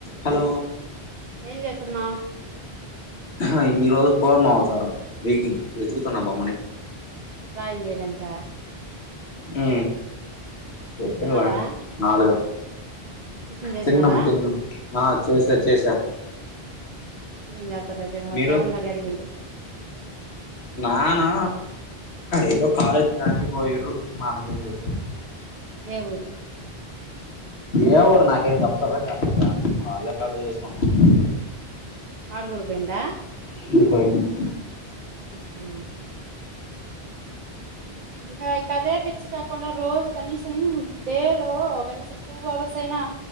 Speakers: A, on the left; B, on the right.
A: Hello
B: ఏం చేతున్నావు
A: ఆహ ఈ రోజు పోర్మావతారంం వెయిటింగ్ వెతుకుతున్నా బమ్మనే
B: డ్ర్రాయింగ్ ఏయడనికా
A: ఊ చెప్పిండ్ల
B: తిన్నారా
A: నాలుగు
B: టిఫిన్ చేసినారా
A: తిన్నాం తిన్నాం ఆ చేసా చేసా
B: ఏంజెతాడయితేనే వాడు
A: మీరు
B: <unintelligible> అడిగిండు
A: నానా ఏదో కాలేజ్ దానికి పోయిరు మనకెం తెలుసు
B: ఏ ఊరు
A: ఏ ఊరు నాకు ఎం చెప్తూరా చెప్పట్ల వాళ్లే కాలేజ్ యేసుకుంటానం
B: వాడు కూడా పోయిండా
A: <unintelligible>
B: ఊహు ఇంకా కా కదే పిచ్చి కాకుండా రోజు కనీసం డే లో కనీసం టూ అవర్స్ అయినా